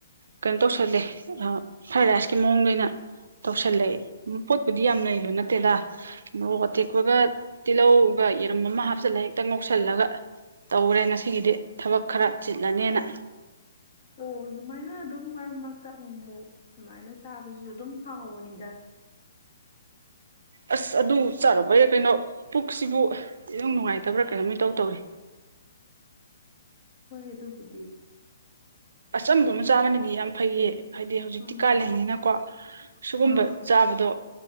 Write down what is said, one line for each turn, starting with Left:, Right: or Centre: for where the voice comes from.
Right: ꯀꯩꯅꯣ ꯇꯧꯁꯜꯂꯦ ꯐ꯭ꯔꯥꯏ ꯔꯥꯏꯁꯀꯤ ꯃꯑꯣꯡꯗ ꯑꯣꯏꯅ ꯇꯧꯁꯜꯂꯦ ꯄꯣꯠꯄꯨꯗꯤ ꯌꯥꯝ ꯂꯩꯕ ꯅꯠꯇꯦꯗ ꯃꯣꯔꯣꯛ ꯑꯇꯦꯛꯄꯒ ꯇꯤꯜꯍꯧꯒ ꯌꯦꯔꯝ ꯑꯃ ꯍꯥꯞꯆꯜꯂ ꯍꯦꯛꯇ ꯉꯧ ꯉꯧꯁꯜꯂꯒ ꯇꯧꯔꯦ ꯉꯁꯤꯒꯤꯗꯤ ꯊꯕꯛ ꯈꯔ ꯆꯤꯜꯂꯅꯤꯅ
Left: ꯑꯣ ꯑꯗꯨꯃꯥꯏꯅ ꯑꯗꯨꯝ ꯃꯔꯛ ꯃꯔꯛꯇ ꯑꯃꯨꯛ ꯑꯃꯨꯛ ꯑꯗꯨꯃꯥꯏꯅ ꯆꯥꯕꯁꯤꯁꯨ ꯑꯗꯨꯝ ꯍꯥꯎꯕꯅꯤꯗ
Right: ꯑꯁ ꯑꯗꯨ ꯆꯥꯔꯨꯕꯩꯔ ꯀꯩꯅꯣ ꯄꯨꯛꯁꯤꯕꯨ ꯏꯅꯨꯡ ꯅꯨꯡꯉꯥꯏꯇꯕ꯭ꯔꯥ ꯀꯩꯅꯣꯝ ꯏꯇꯧ ꯇꯧꯋꯤ
Left: ꯍꯣꯏ ꯑꯗꯨꯕꯨꯗꯤ
Right: ꯑꯆꯝꯕꯃ ꯆꯥꯕꯅꯗꯤ ꯌꯥꯝ ꯐꯩꯌꯦ ꯍꯥꯏꯗꯤ ꯍꯧꯖꯤꯛꯇꯤ
Left: ꯑꯥ
Right: ꯀꯥꯂꯦꯟꯅꯤꯅꯀꯣ ꯁꯤꯒꯨꯝꯕ
Left: ꯑꯥ
Right: ꯆꯥꯕꯗꯣ